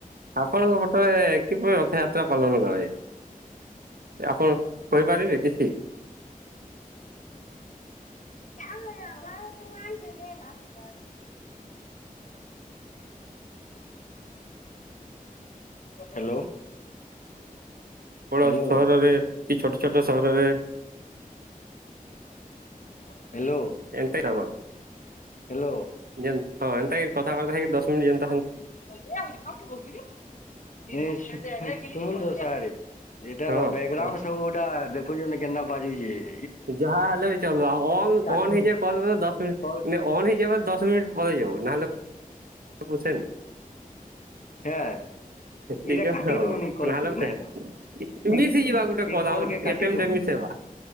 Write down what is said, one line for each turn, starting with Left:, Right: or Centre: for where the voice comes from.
Right: ଆପଣଙ୍କ ପଟରେ କିପରି ରଥଯାତ୍ରା ପାଳନ କରାଯାଏ? ଆପଣ କହିପାରିବେ କିଛି?
Left: <inaudible>
Right: ହ <inaudible>
Left: ହ୍ୟାଲୋ।
Right: ବଡ଼
Left: ହ୍ୟାଲୋ
Right: ସହରରେ କି ଛୋଟ ଛୋଟ ସହରରେ
Left: ହ୍ୟାଲୋ।
Right: ଏମନ୍ତି କାମ,
Left: ହ୍ୟାଲୋ
Right: ଯେ ହଁ ଏନ୍ତା କଥାବାର୍ତ୍ତା ହେଇକି ଦଶ ମିନିଟ୍ ଯେମ
Left: ଅଧିକା ହଉଚି, ଖାଉଚି କୋଉଚିକି ଏଶୁଣନ୍ତୁ ସାର୍? ଏଟା
Right: ହଁ
Left: ବ୍ୟାକଗ୍ରାଉଣ୍ଡ
Right: ହଁ
Left: ସବୁ ଗୋଟା <inaudible>
Right: ଯାହା ହେଲେ ବି ଚାଲୁ ଆଉ ଅନ
Left: କାଟନ୍ତୁ
Right: ଅନ୍ ହେଇଯାଏ କଲ୍ ଦଶ ମିନିଟ୍
Left: କଲ୍
Right: ଅନ୍ ହେଇଯିବାର ଦଶ ମିନିଟ ପରେ ହେଇଯାଉ, ନହଲେ ସେ ପୁଛେନି।
Left: ହେଁ
Right: ଠିକ୍
Left: ଏଇଟା
Right: ଅଛ
Left: କାଟି ଦଉନି
Right: <unintelligible>
Left: କଲ୍ କି ନାଇଁ ତ ଏ
Right: ମିଶି ଯିବା ଗୋଟେ
Left: ଏ
Right: କଦମର
Left: କଲ୍ କେ କାଟି
Right: ଏ
Left: ଦଉନି
Right: ମିଶେଇବା